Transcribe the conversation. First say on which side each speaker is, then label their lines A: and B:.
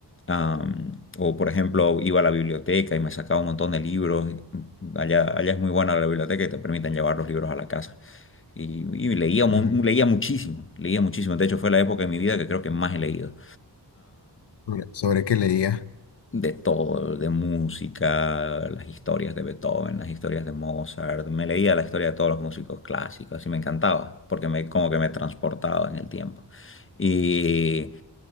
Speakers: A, on the left; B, on the left.
A: Am, o por ejemplo, iba a la biblioteca y me sacaba un montón de libros. Allá, allá es muy buena la biblioteca y te permiten llevar los libros a la casa. Y, y leía, mu-
B: ujú.
A: leía muchísimo, leía muchísimo. De hecho, fue la época de mi vida que creo que más he leído
B: ¿Sobre, sobre qué leías?
A: de todo, de música, las historias de Beethoven, las historias de Mozart. Me leía la historia de todos los músicos clásicos y me encantaba porque me, como que me transportaba en el tiempo. Y,